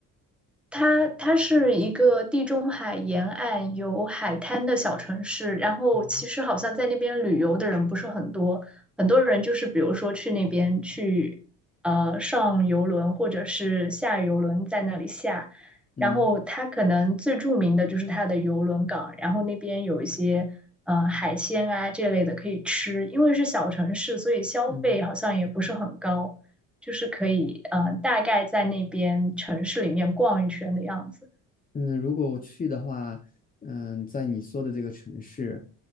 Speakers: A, in the centre; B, on the left.
A: 它它是一个地中海沿岸有海滩的小城市，然后其实好像在那边旅游的人不是很多，
B: 嗯
A: 很多人就是比如说去那边去呃上游轮或者是下游轮在那里下，
B: 嗯
A: 然后它可能最著名的就是它的游轮港，然后那边有一些呃海鲜啊这类的可以吃，因为是小城市，所以消费好像也不是很高。
B: 嗯
A: 就是可以呃大概在那边城市里面逛一圈的样子，
B: 嗯，如果我去的话，嗯，在你说的这个城市，